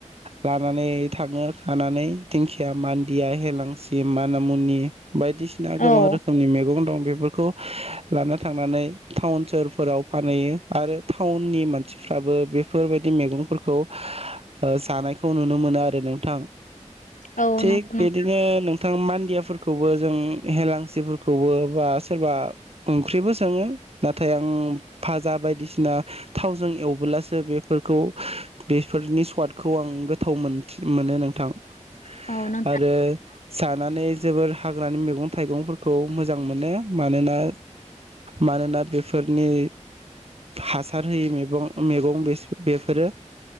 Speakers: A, on the right; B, on the left.
A: लानानै थाङो खानानै दिंखिया, मान्दिया, हेलांसि, मानामुनि बायदिसिना
B: औ
A: गोबां रोखोमनि मैगं दं। बेफोरखौ लाना थांनानै टाउन सोहोरफोराव फानहैयो आरो टाउननि मानसिफ्राबो बेफोरबायदि मैगंफोरखौ ओ जानायखौ नुनो मोनो आरो नोंथां।
B: औ
A: थिक
B: नंगौ नोंथां
A: बिदिनो नोंथां मान <unintelligible> खौबो जों हेेलांसिफोरखौबो बा सोरबा ओंख्रिबो सोङो नाथाय आं फाजा बायदिसिना थावजों एवबोब्लासो बेफोरखौ बेफोरनि स्वादखौ आं गोथाव मोन मोनो नोंथां आरो
B: औ नोंथां
A: जानानै जोबोर हाग्रानि मैगं थाइगंफोरखौ मोजां मोनो मानोना मानोना बेफोरनि हासार होयि मैगं मैगं बेसो बेफोरो।